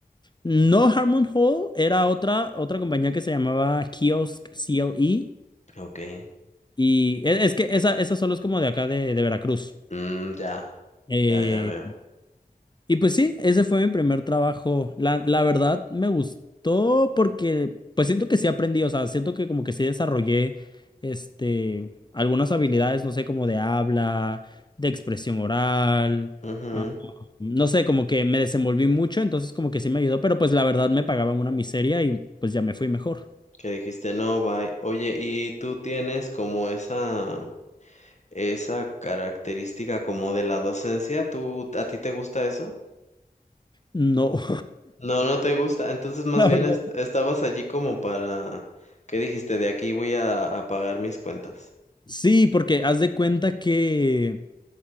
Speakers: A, on the left; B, on the left.
A: No, Harmon Hall era otra, otra compañía que se llamaba Kiosk C L E
B: Ok.
A: Y es, es que esa, esa solo es como de acá de, de Veracruz.
B: Mm, ya,
A: Eh,
B: ya, ya veo.
A: y pues sí, ese fue mi primer trabajo. La, la verdad me gustó porque pues siento que sí aprendí, o sea, siento que como que sí desarrollé este algunas habilidades, no sé, como de habla, de expresión oral,
B: Ujú,
A: ah, no sé, como que me desenvolví mucho, entonces como que sí me ayudó, pero pues la verdad me pagaban una miseria y pues ya me fui mejor.
B: Que dijiste no, bye. Oye, ¿y tú tienes como esa? esa característica como de la docencia. ¿Tú, a ti te gusta eso?
A: No,
B: No, no te gusta. Entonces, más
A: <laughs> la
B: bien
A: verdad.
B: est- estabas allí como para, ¿qué dijiste? De aquí voy a, a pagar mis cuentas.
A: Sí, porque haz de cuenta que